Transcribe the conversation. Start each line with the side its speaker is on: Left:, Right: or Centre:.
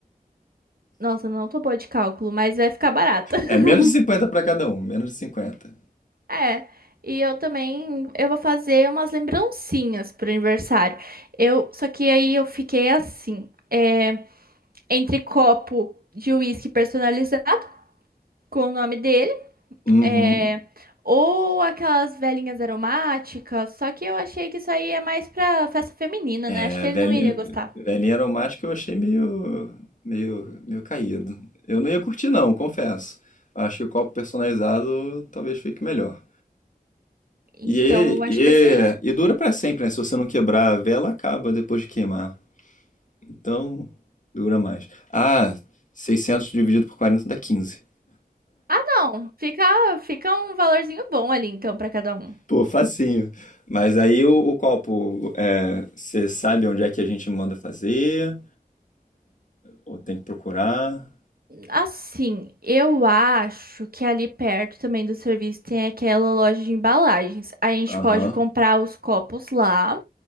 Right: Nossa, não tô boa de cálculo, mas vai ficar barato. <laughs>
Left: É menos de 50 para cada um, menos de 50.
Right: É. E eu também. Eu vou fazer umas lembrancinhas pro aniversário. Eu, só que aí eu fiquei assim. é, entre copo de uísque personalizado, com o nome dele.
Left: Uhum.
Right: é, ou aquelas velhinhas aromáticas. Só que eu achei que isso aí é mais pra festa feminina, né? Acho
Left: A
Right: que ele
Left: velhinha,
Right: não iria gostar.
Left: velhinha aromática eu achei meio, meio, meio caído. Eu não ia curtir não, confesso. Acho que o copo personalizado talvez fique melhor.
Right: Então,
Left: E,
Right: eu acho
Left: e,
Right: que vai ser isso.
Left: e dura pra sempre, né? Se você não quebrar a vela, acaba depois de queimar. Então, dura mais. Ah, 600 dividido por 40 dá 15.
Right: Ah, não. Fica, fica um valorzinho bom ali, então, pra cada um.
Left: Pô, facinho. Mas aí o, o copo, é, você sabe onde é que a gente manda fazer? Ou tem que procurar?
Right: Assim, eu acho que ali perto também do serviço tem aquela loja de embalagens. A gente
Left: Aham.
Right: pode comprar os copos lá,